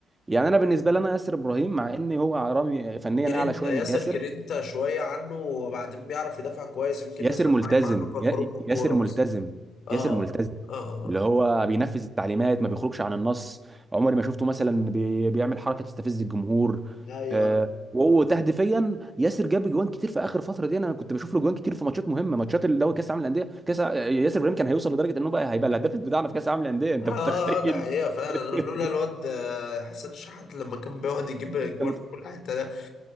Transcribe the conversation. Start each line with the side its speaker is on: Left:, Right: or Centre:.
Right: يعني انا بالنسبه لي انا ياسر ابراهيم مع ان هو رامي فنيا
Left: جرينتا
Right: اعلى شويه
Left: ياسر
Right: من ياسر
Left: جرينتا شويه عنه وبعدين بيعرف يدافع كويس يمكن
Right: ياسر
Left: ياسر
Right: ملتزم
Left: ضعيف عنه في الخروج
Right: يا-
Left: بالكوره
Right: ياسر
Left: بس
Right: ملتزم
Left: اه
Right: ياسر ملتزم
Left: اه
Right: اللي
Left: اه
Right: هو بينفذ التعليمات ما بيخرجش عن النص عمري ما شفته مثلا بي- بيعمل حركه تستفز الجمهور
Left: اه ايوه
Right: آه، وهو تهديفيا ياسر جاب جوان كتير في اخر فتره دي انا كنت بشوف له جوان كتير في ماتشات مهمه ماتشات اللي هو كاس العالم للانديه كاس ع- ياسر ابراهيم كان هيوصل لدرجه انه بقى هيبقى الهداف بتاعنا في كاس العالم للانديه انت
Left: اه آه،
Right: متخيل
Left: آه، ده حقيقه فعلا
Right: <laughs>
Left: أنا لولا الواد آه، حسين الشحات لما كان بيقعد يجيب جوان
Right: انت
Left: في كل حته